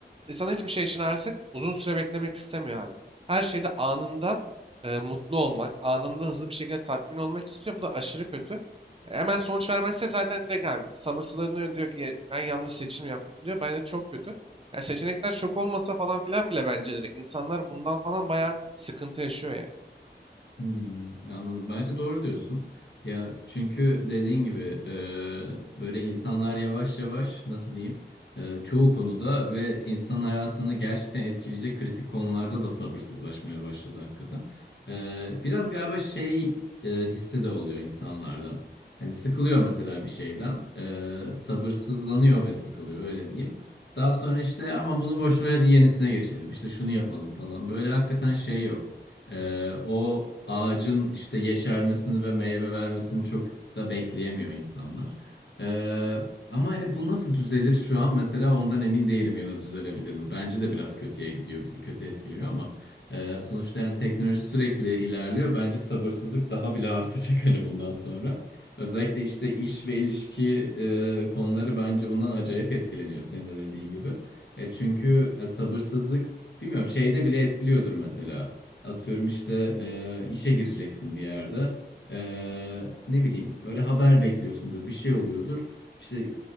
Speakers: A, on the right (about 30°); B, on the left (about 75°).
A: İnsan hiçbir şey için artık uzun süre beklemek istemiyor abi. Her şeyde anında e, mutlu olmak, anında hızlı bir şekilde tatmin olmak istiyor. Bu da aşırı kötü. Hemen sonuç vermezse zaten direkt abi sabırsızlanıyor diyor ki ben yanlış seçim yaptım diyor. Bence çok kötü. Ya seçenekler çok olmasa falan filan bile bence direkt insanlar bundan falan bayağı sıkıntı yaşıyor yani.
B: Hmm, anladım. Bence doğru diyorsun. Ya çünkü dediğin gibi e, böyle insanlar yavaş yavaş nasıl diyeyim e, çoğu konuda ve insanın hayatını gerçekten etkileyecek kritik konularda da sabırsızlaşmaya başladı hakikaten. E, biraz galiba şey e, hissi de oluyor insanlarda. Hani sıkılıyor mesela bir şeyden e, sabırsızlanıyor ve sıkılıyor öyle diyeyim. Daha sonra işte aman bunu boş ver hadi yenisine geçelim İşte şunu yapalım falan böyle hakikaten şey yok. Ee, o ağacın işte yeşermesini ve meyve vermesini çok da bekleyemiyor insanlar. Ee, ama hani bu nasıl düzelir şu an mesela ondan emin değilim ya da düzelebilir mi? Bence de biraz kötüye gidiyor, bizi kötü etkiliyor ama e, sonuçta yani teknoloji sürekli ilerliyor. Bence sabırsızlık daha bile artacak <laughs> hani bundan sonra. Özellikle işte iş ve ilişki e, konuları bence bundan acayip etkileniyor senin de dediğin gibi. E, çünkü e, sabırsızlık bilmiyorum şeyde bile etkiliyordur mesela. Atıyorum işte e, işe gireceksin bir yerde. E, ne bileyim böyle haber bekliyorsundur, bir şey oluyordur. İşte